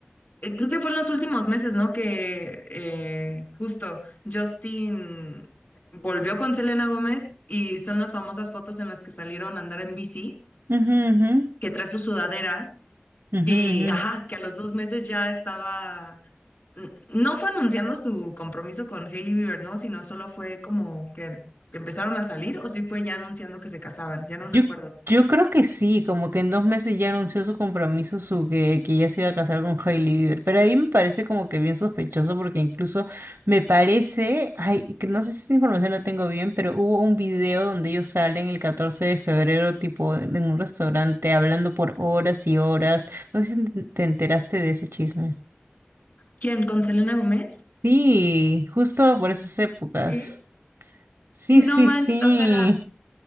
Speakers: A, on the left; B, on the right.
A: eh, creo que fue en los últimos meses, ¿no? Que eh, justo Justin volvió con Selena Gómez y son las famosas fotos en las que salieron a andar en bici,
B: Ujú,
A: que trae su sudadera
B: ujú,
A: y,
B: ujú, ujú.
A: ajá, que a los dos meses ya estaba n- no fue anunciando su compromiso con Hailey Bieber, ¿no? Sino solo fue como que empezaron a salir, o sí fue ya anunciando que se casaban, ya no recuerdo.
B: Yo, yo creo que sí, como que en dos meses ya anunció su compromiso, su que, que ya se iba a casar con Hailey Bieber. Pero ahí me parece como que bien sospechoso, porque incluso me parece, ay, que no sé si esta información la tengo bien, pero hubo un video donde ellos salen el 14 de febrero, tipo en un restaurante, hablando por horas y horas. No sé si te te enteraste de ese chisme.
A: ¿Quién? ¿Con Selena Gómez?
B: Sí, justo por esas épocas.
A: ¿Qué?
B: Sí,
A: No
B: sí,
A: manches,
B: sí.
A: o sea,